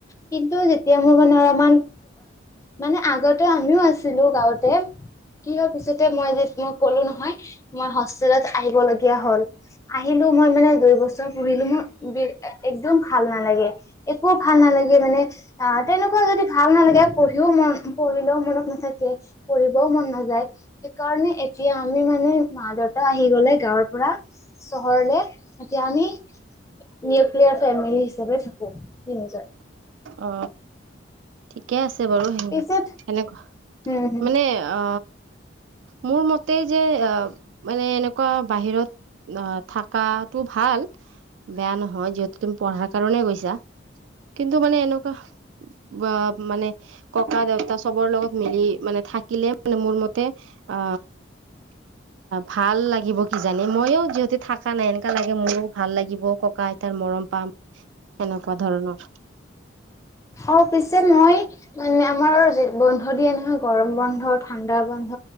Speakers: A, on the left; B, on the right.
A: কিন্তু এতিয়া মোৰ মানে অলপমান মানে আগতে আমিও আছিলো গাঁৱতে। কি হয় পিছতে মই যে তোমাক ক'লো নহয় মই হোষ্টেলত আহিব লগীয়া হ'ল। আহিলো মই মানে দুই বছৰ পঢ়িলো মোৰ বি একদম ভাল নালাগে একো ভাল নালাগে মানে অ তেনেকুৱা যদি ভাল নালাগে পঢ়িও মন ও মনত নাথাকে পঢ়ও মন নাযায় সেইকাৰণে এতিয়া আমি মানে মা দেউতা গলে গাঁৱৰ পৰা চহৰলে এতিয়া আমি নিকনিয়াৰ ফেমিলি। হিচাপে থাকো তিনিজন
B: অ ঠিকে আছে আছে বাৰু স
A: পিছত
B: সেনেকুৱা
A: হম হম
B: মানে অ মোৰ মতে যে আহ মানে এনেকুৱা বাহিৰত অ থাক শ কটো ভাল বেয়া নহয় যিহেতু তুমি পঢ়াৰ কাৰনে গৈছা কিন্তু মানে এনেকুৱা বা মানে ককা দেউতা চবৰ লগত মিলি মানে থাকিলে। মানে মোৰ মতে অ ভাল লাগিব কি জানি মইও যিহেতু থাকা নাই এনেকা লাগে মোৰো ভাল লাগিব ককা- আইতাৰ মৰম পাম, সেনেকুৱা ধৰণৰ
A: অ পিছে মই মানে আমাৰ বন্ধ দিয়ে নহয় গৰম বন্ধ, ঠাণ্ডা বন্ধ